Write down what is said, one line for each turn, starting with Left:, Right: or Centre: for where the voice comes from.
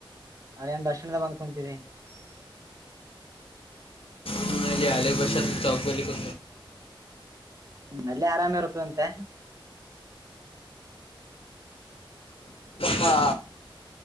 Right: ಅದ ನ್ ದರ್ಶಣದ ಬಂದಕೊಂತೀವಿ
Left: ಹಾಂ ಹಳೆ ಬಸ್ಟಾಂಡ್ ಚೌಕವಲ್ಲಿ ಕು
Right: ಹ್ಮ್ ಅಲ್ಲಿ ಆರಾಮ ಇರ್ತ್ತದಂತೆ
Left: ಯಪ್ಪಾ